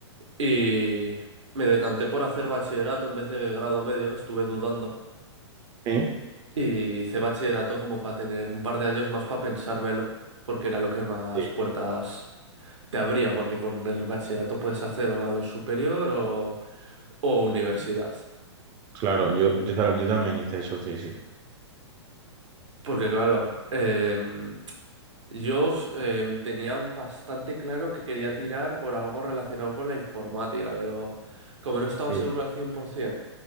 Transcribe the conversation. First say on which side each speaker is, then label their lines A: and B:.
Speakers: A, on the right (about 85°); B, on the right (about 25°).
A: y me decanté por hacer bachillerato en vez de grado medio, estuve dudando,
B: ¿Sí?
A: y hice bachillerato como para tener un par de años más para pensármelo, porque era lo que más
B: Sí,
A: puertas te abría, porque con el bachillerato puedes hacer o grado superior o, o universidad.
B: claro, yo, yo, ta- yo también hice eso, sí, sí.
A: Porque claro, em, Yo em, tenía bastante claro que quería tirar por algo relacionado con la informática, pero como no estaba
B: Sí.
A: seguro al 100%